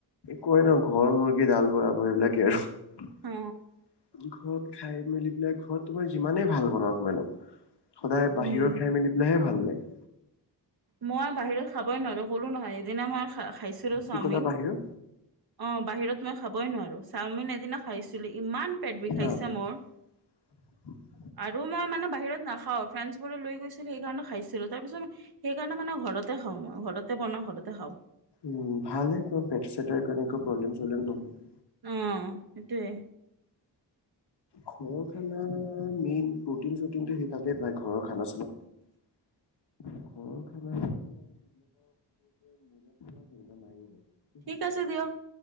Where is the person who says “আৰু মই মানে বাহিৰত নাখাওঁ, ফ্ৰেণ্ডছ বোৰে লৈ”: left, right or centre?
Right